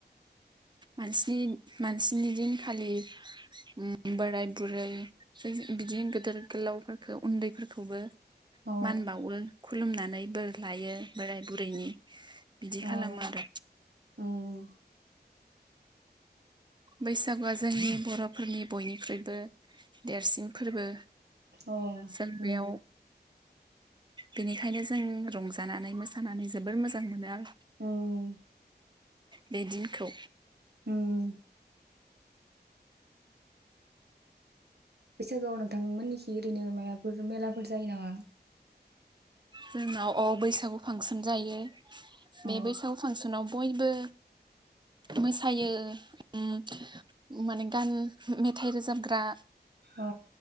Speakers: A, on the right (about 25°); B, on the right (about 65°).
A: मानसिनि मानसिनि दिनखालि उम बोराय बुरै <inaudible> बिदिनो गिदिर गोलावफोरखौ उन्दैफोरखौबो
B: अ
A: मान बावो। खुलुमनानै बोर लायो बोराय बुरैनि। <inaudible> खालामो
B: औ
A: आरो
B: उम
A: बैसागुआ जोंनि बर'फोरनि बयनिख्रुइबो देरसिन फोरबो।
B: अ
A: सेलफेयाव
B: उम
A: बेनिखायनो जों रंजानानै मोसानानै जोब जोबोर मोजां मोनो आं
B: उम
A: बे दिनखौ
B: ओम। बैसागोआव नोंथांमोननिखि ओरैनो मायबाफोर मेलाफोर जायो नामा?
A: जोंनाव अ बैसागु फांसन जायो।
B: अ
A: बे बैसागु फांसनाव बयबो मोसायो उम माने गान मेथाइ रोजाबग्रा
B: अ